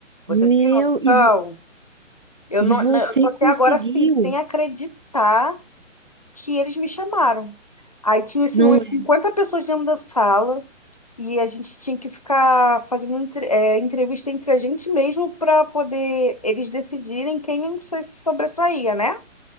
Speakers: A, on the left (about 30°); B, on the right (about 45°).
A: Você
B: Meu,
A: tem noção?
B: e, vo-
A: Eu
B: e
A: não,
B: você
A: não- eu tô até
B: conseguiu,
A: agora assim, sem acreditar que eles me chamaram. Aí tinha assim
B: não
A: umas
B: é?
A: 50 pessoas dentro da sala e a gente tinha que ficar fazendo entre- é, entrevista entre a gente mesmo para poder eles decidirem quem se sobressaía, né?